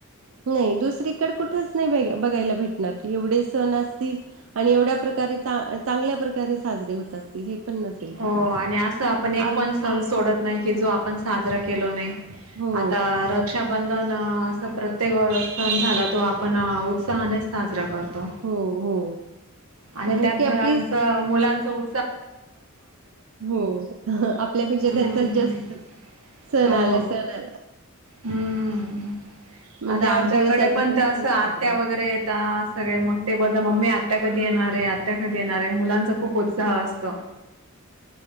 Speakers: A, on the right (about 65°); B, on the right (about 80°).
A: होय दुसरीकडे कुठंच नाही बघायला भेटणार की एवढे सण असतील. आणि एवढ्या प्रकारे चांगल्या प्रकारे साजरे होत असतील हे पण नसेल कुठं
B: हो आणि असं आपण एक
A: आ
B: पण सण सोडत नाही की जो आपण साजरा केलो नाही
A: हो
B: आता र रक्षाबंधन असा प्रत्येक सण झाला तो आपण उत्साहाने साजरा कर तो
A: हो हो
B: आणि
A: कारण
B: त्यात
A: की आपली
B: घरांच मुलांच उ
A: हो आपल्यापेक्षा
B: हम्म
A: त्यांचाच जास्त अस सन
B: हो
A: आला सन आला
B: हम्म
A: म्हणजे
B: आता
A: आठ
B: आमच्याकडे
A: दिवस आधीपासूनच
B: पण तसं आत्या
A: आलं.
B: वगैरे येता सगळे मग
A: हम्म
B: ते बोलता मम्मी आ आत्या कधी येणार हे आत्या कधी येणारे हे मुलांचा खूप उत्साह असतो.